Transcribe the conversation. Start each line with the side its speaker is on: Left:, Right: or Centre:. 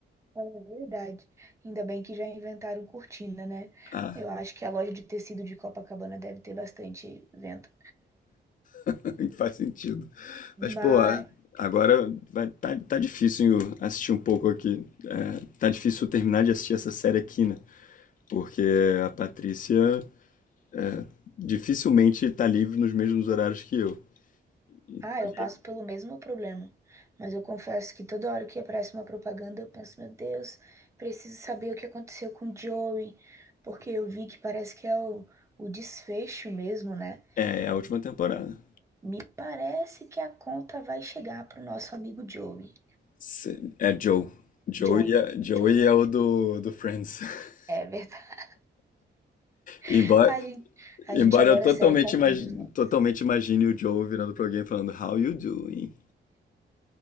Right: É verdade. Ainda bem que já inventaram cortina, né?
Left: Ah,
Right: Eu acho que a loja de tecido de Copacabana deve ter bastante vento
Left: <laughs> faz sentido.
Right: Mas,
Left: Mas, pô, ah, agora vai, tá, tá difícil eu assistir um pouco aqui. É, tá difícil eu terminar de assistir essa série aqui, né? Porque a Patrícia é, dificilmente tá livre nos mesmos horários que eu. Então,
Right: ah, eu
Left: a gente-
Right: passo pelo mesmo problema. Mas eu confesso que toda hora que aparece uma propaganda, eu penso, meu Deus, preciso saber o que aconteceu com o Joey, porque eu vi que parece que é o, o desfecho mesmo, né?
Left: É, é a última temporada.
Right: Me parece que a conta vai chegar pro nosso amigo Joey.
Left: Sim, É Joe. Joey
Right: Joey,
Left: é, Joey
Right: Joey.
Left: é o do, do Friends. <laughs>
Right: É verdade.
Left: Embora,
Right: <laughs> A gente, a
Left: embora
Right: gente adora
Left: eu totalmente,
Right: a série e confunde
Left: imagi-
Right: os nomes.
Left: totalmente imagine o Joe virando pra alguém e falando How you doing?